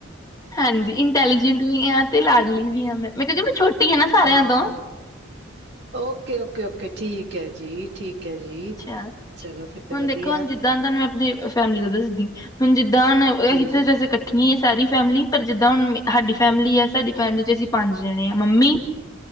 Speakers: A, on the left; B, on the right.
A: ਹਾਂਜੀ ਇੰਟੈਲੀਜੈਂਟ ਵੀ ਹਾਂ ਤੇ ਲਾਡਲੀ ਵੀ ਹਾਂ ਮੈਂ ਮੈਂਉ ਮੈਂ ਛੋਟੀ ਆ ਨਾ ਸਾਰਿਆਂ
B: ਹਾਂ
A: ਤੋਂ
B: ਓਕੇ ਓਕੇ ਓਕੇ ਠੀਕ ਹੈ ਜੀ ਠੀਕ ਹੈ ਜੀ
A: ਅੱਛਾ
B: ਚਲੋ ਫਿਰ ਤਾਂ
A: ਹੁਣ
B: ਵਧੀਆ
A: ਦੇਖੋ ਹੁਣ ਜਿੱਦਾਂ ਤੁਹਾਨੂੰ ਮੈਂ ਆਪਣੀ ਫੈਮਿਲੀ ਦਾ ਦੱਸਦੀ ਹੁਣ ਜਿੱਦਾਂ <unintelligible> ਜੈੇ
B: ਹਾਂਜੀ
A: ਇਕੱਠੇ ਨਹੀਂ ਇਹ ਸਾਰੀ ਫੈਮਿਲੀ ਪਰ ਜਿੱਦਾਂ ਹੁਣ ਸਾਡੀ ਫੈਮਿਲੀ ਆ ਸਾਡੀ ਫੈਮਿਲੀ ਚ ਅਸੀਂ ਪੰਜ ਜਣੇ ਹਾਂ ਮੰਮੀ